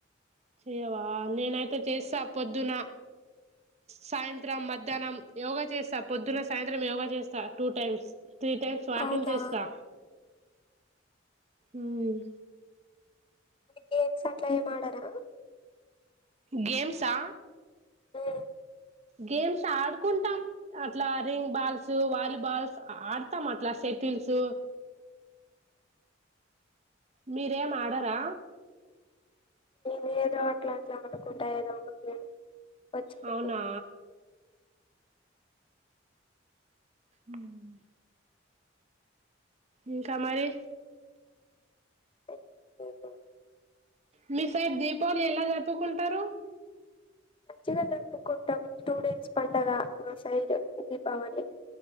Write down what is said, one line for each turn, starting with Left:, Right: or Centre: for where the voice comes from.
Right: చెయవా నేనైతే చేస్తా పొద్దున సాయంత్రం మధ్యాహ్నం యోగా చేస్తా పొద్దున సాయంత్రం యోగా చేస్తా two times three times walking
Left: అవునా
Right: చేస్తా ఉమ్
Left: గేమ్స్ అట్లా ఏమిఆడరా
Right: గేమ్సా
Left: ఉమ్
Right: గేమ్స్ ఆడుకుంటాం అట్లా రింగ్ బాల్స్ వాలీబాల్స్ ఆడతాం అట్లా సెటిల్స్ మీరేం ఆడరా
Left: నేను ఏదో అట్లా అట్లా ఆడుకుంటా ఏదో ఒక గేమ్ వచ్చినది
Right: అవునా ఉమ్మ్ ఇంకా మరి
Left: <unintelligible>
Right: మీ సైడ్ దీపావళి ఎలా జరుపుకుంటారు
Left: మంచిగా జరుపుకుంటాం టూ డేస్ పండగ మా side Deepavali